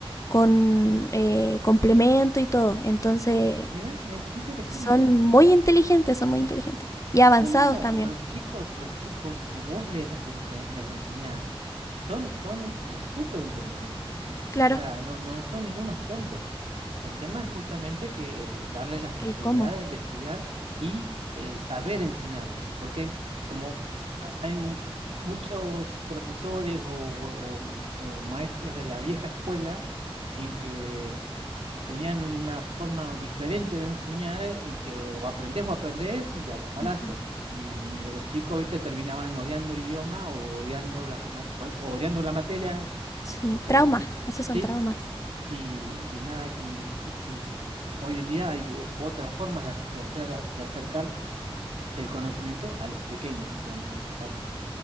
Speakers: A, on the left (about 30°); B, on the right (about 80°).
A: con eh, complemento y todo. Entonces
B: Mira, eh, qué interesante.
A: son muy inteligentes, son muy inteligentes. Y avanzados
B: Sí, no,
A: también.
B: los chicos, los chicos, si vos les, le ense- les enseñás, son, son eh, súper inteligentes los chicos,
A: Claro,
B: o sea, no, no son ningunos tontos. El tema es justamente que eh, darles las posibilidades
A: el cómo.
B: de estudiar y eh, saber enseñarles, porque hay- como ha- hay mu- muchos profesores o o- o- o maestros de la vieja escuela en que tenían una forma diferente de enseñar y que o aprendés o aprendés y a los palazos.
A: Ujú.
B: Y de los chicos, viste, terminaban odiando el idioma o odiando, las, ma- cual- o odiando la materia,
A: Sí,
B: que, que-
A: traumas,
B: que-
A: esos son
B: sí,
A: traumas.
B: y, y nada, y, si- y hoy en día hay eh, otras formas de, ac- de hacer, de acercar el conocimiento a los pequeños, digamos, en este caso.